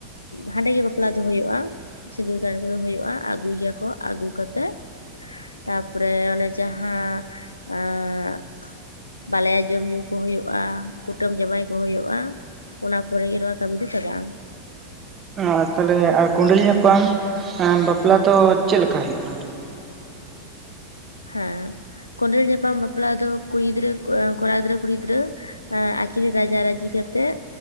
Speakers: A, on the left; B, on the right.
A: ᱦᱟᱸᱰᱮ ᱜᱮ ᱵᱟᱯᱞᱟ ᱫᱚ ᱦᱩᱭᱩᱜᱼᱟ ᱥᱤᱸᱫᱩᱨ ᱫᱟᱱ ᱠᱚᱫᱚ ᱦᱩᱭᱩᱜᱼᱟ ᱟᱹᱜᱩᱭ ᱭᱟᱠᱚ ᱟᱹᱜᱩ ᱠᱟᱛᱮ ᱛᱟᱯᱚᱨᱮ ᱚᱱᱮ ᱡᱟᱦᱟᱸ ᱮᱸᱻ ᱵᱟᱞᱟᱭᱟ ᱡᱚᱢ ᱧᱩ ᱠᱚ ᱦᱩᱭᱩᱜᱼᱟ ᱠᱩᱴᱟᱹᱢ ᱡᱟᱶᱟᱭ ᱠᱚ ᱦᱩᱭᱩᱜᱼᱟ᱾ ᱚᱱᱟ ᱯᱚᱨᱮᱜᱮ ᱱᱚᱣᱟ ᱠᱟᱹᱢᱤ ᱫᱚ ᱪᱟᱵᱟᱜ-ᱟ᱾
B: ᱟᱸ ᱛᱟᱦᱚᱞᱮ ᱟᱨ ᱠᱚᱸᱰᱮᱞ ᱧᱟᱯᱟᱢ ᱵᱟᱯᱞᱟ ᱫᱚ ᱪᱮᱫ ᱞᱮᱠᱟ ᱦᱩᱭᱩᱜᱼᱟ᱾ᱚᱱᱟ ᱫᱚ
A: ᱦᱮᱸ ᱠᱚᱸᱰᱮᱞ ᱧᱟᱯᱟᱢ ᱵᱟᱯᱞᱟ ᱫᱚ ᱠᱩᱲᱤ ᱜᱤᱫᱽᱨᱟᱹ ᱠᱚᱲᱟ ᱜᱤᱫᱽᱨᱟᱹ ᱟᱸ ᱟᱹᱠᱤᱱᱟᱜ ᱨᱟᱡᱟ ᱨᱟᱹᱡᱤ ᱠᱟᱛᱮᱜ